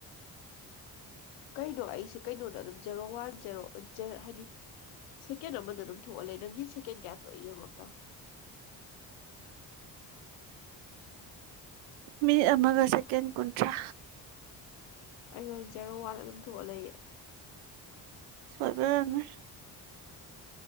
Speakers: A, on the left; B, on the right.
A: ꯀꯩꯅꯣ ꯑꯩꯁꯦ ꯀꯩꯅꯣꯗ ꯑꯗꯨꯝ ꯖꯦꯔꯣ ꯋꯥꯟ ꯖꯦꯔꯣ ꯍꯥꯏꯗꯤ ꯁꯦꯀꯦꯟ ꯑꯃꯗ ꯑꯗꯨꯝ ꯊꯣꯛꯑ ꯂꯩ ꯅꯪꯒꯤ ꯁꯦꯀꯦꯟ ꯀꯌꯥ ꯊꯣꯛꯑꯦ ꯌꯦꯡꯉꯣ ꯑꯝꯇ
B: ꯃꯤꯇ ꯑꯃꯒ ꯁꯦꯀꯦꯟ ꯀꯨꯟꯊ꯭ꯔꯥ
A: ꯑꯩꯉꯣꯟꯗ ꯖꯦꯔꯣ ꯋꯥꯟ ꯑꯗꯨꯝ ꯊꯣꯛꯑ ꯂꯩꯌꯦ
B: ꯁꯣꯏꯕꯩ ꯑꯣꯏꯔꯝꯅꯤ